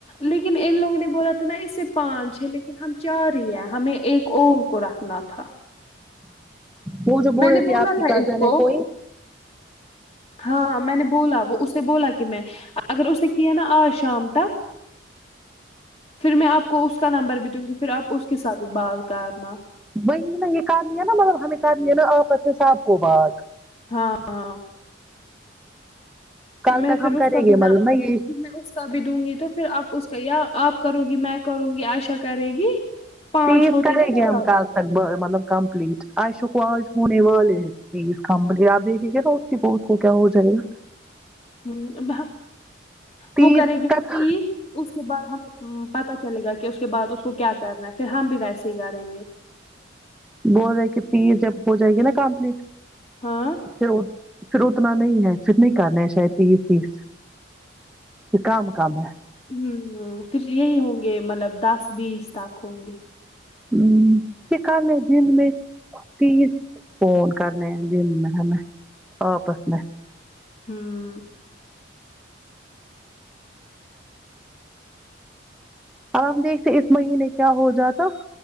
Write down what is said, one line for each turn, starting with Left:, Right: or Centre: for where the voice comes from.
Left: لیکن ان لوگ نے بولا تھا نا اس سے پانچ ہے لیکن ہم چار ہی ہے ہمیں ایک اور کو رکھنا تھا
Centre: وہ جو بول
Left: میں نے
Centre: رہے تھی
Left: بولا
Centre: آپ کی
Left: تھا
Centre: کزن
Left: اس کو
Centre: ہے کوئی
Left: ہاں میں نے بولا وہ اسے بولا کہ میں اگر اس نے کیا نا آج شام تک پھر میں آپ کو اس کا نمبر بھی دوں گی پھر آپ اس کے ساتھ بات کرنا
Centre: وہی نا یہ کرلیا نا مطلب ہمیں کرلیا نا آپس میں سب کو بات
Left: ہاں ہاں
Centre: کل
Left: میں
Centre: تک
Left: پھر
Centre: ہم کریں
Left: اس کا بنا
Centre: گے مطلب نا یہ
Left: میں اس کا بھی دوں گی تو پھر آپ اس کا یا آپ کروں گی میں کروں گی عائشہ کرے گی پانچ
Centre: تیس
Left: ہوتے
Centre: کرے
Left: نا برابر
Centre: گی ہم کال ب مطلب کمپلٹ عائشہ کو آج ہونے والے ہے تیس کمپلیٹ آپ دیکھیںگے نہ بہت ہووک کیا ہو جائےا
Left: ہوں
Centre: تیس
Left: وہ کرے گی نا
Centre: تک
Left: تیس اس اس کے بعد ہمیں پتا چلے گا کہ اس کے بعد اس کو کیا کرنا ہے پھر ہم بھی ویسے ہی کریں گے
Centre: بول رہے کہ تیر جب ہو جائے گی نا کمپلیٹ
Left: ہاں
Centre: پھر پھر اتنا نہیں ہے پھر نہیں کرنا ہے شاید تیس تیس پھر کام کم ہے
Left: ہوں پھر یہی ہوں گے مطلب دس بیس تک ہوں گے
Centre: ہوں پھر کل میں دن میں تیس فون کرنے ہونگے ہمیں آپس میں
Left: ہوں
Centre: اب ہم دیکھتے اس مہینے کیا ہو جاتا